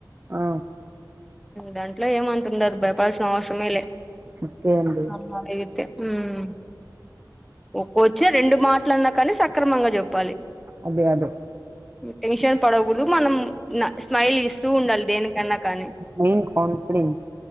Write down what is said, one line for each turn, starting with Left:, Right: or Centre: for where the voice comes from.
Right: ఆ
Centre: దాంట్లో ఏమంతతుండదు భయపడాల్సిన అవసరమే లే
Right: ఓకే అండి
Centre: ఆ అయితే ఉమ్ ఒక్క వచ్చే రెండు మాటలు అన్నా కానీ సక్రమంగా చెప్పాలి
Right: అదే అదే
Centre: టెన్షన్ పడకూడదు మనం స్మైల్ ఇస్తూ ఉండాలి దేనికన్నా కానీ
Right: మైన్ కన్ఫిడెన్స్